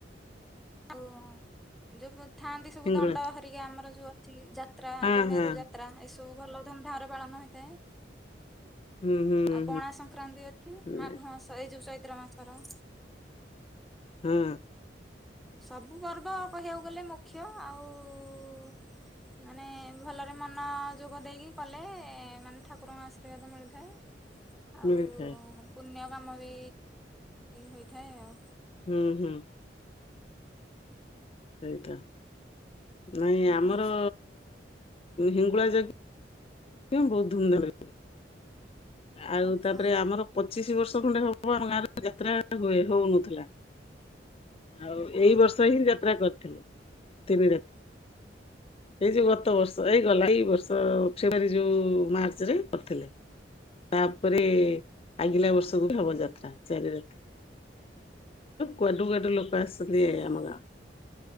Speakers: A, in the centre; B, on the left (about 35°).
A: ଆଉ ଯୋଉ ଥାଆନ୍ତି ସବୁ
B: ହିଙ୍ଗୁଳା
A: ଦଣ୍ଡ ହରିକା ଆମର ଯୋଉ ଅଛି ଯାତ୍ରା
B: ହଁ
A: ଯୋଉ
B: ହଁ।
A: ମେରୁ ଯାତ୍ରା ଏ ସ ତୁ ଭଲ ଧୁମଧାମରେ ପାଳନ ହୋଇଇଥାଏ।
B: ହୁଁ ହୁଁ ହୁଁ
A: ଆଉ ପଣା ସଂକ୍ରାନ୍ତି ଅଛି
B: ହୁଁ,
A: ମାଘ ମାସ ଏଇ ଯୋଉ ଚୈତ୍ର ମାସର।
B: ହୁଁ
A: ସବୁ ପର୍ବ କହିବାକୁ ଗଲେ ମୁଖ୍ୟ ଆଉ ମାନେ ଭଲରେ ମନ ଯୋଗ ଦେଇକି କଲେ ମାନେ ଠାକୁରଙ୍କ ଆଶୀର୍ବାଦ ମିଳିଥାଏ। ଆଉ
B: ମିଳେ
A: ପୁଣ୍ୟ କାମ ବି ହୋଇଥାଏ ଆଉ
B: ହୁଁ ହୁଁ ହେଇଥାଏ ନାଇଁ
A: ଆଜ୍ଞା
B: ଆମର ହିଙ୍ଗୁଳା ଯାଗ ଜ୍ଞ ବହୁତ ଧୁମ ଧାମ ଆଉ
A: ଆଚ୍ଛା
B: ତାପରେ ଆମର ପଚିଶି ବର୍ଷ ଖଣ୍ଡେ ହବ ଆମ ଗାଁରେ ଯାତ୍ରା ହୁଏ ହଉନଥିଲା। ଆଉ ଏଇ
A: ଓହୋ
B: ବର୍ଷ ହିଁ ଯାତ୍ରା କରିଥିଲେ ତିନି ରାତି। ଏଇ ଯୋଉ ଗତ ବର୍ଷ ଏଇ ଗଲା ଏଇ ବର୍ଷ ଫେବୃଆରୀ ଯୋଉ ମାର୍ଚ୍ଚରେ କରିଥିଲେ। ତାପରେ ଆଗିଲା ବର୍ଷ ଗ ହବ ଯାତ୍ରା ଚାରି ରାତି କୁଆଡୁ କୁଆଡୁ ଲୋକ ଆସିଛନ୍ତି ଏ
A: ଓହୋ
B: ଆମ ଗାଁ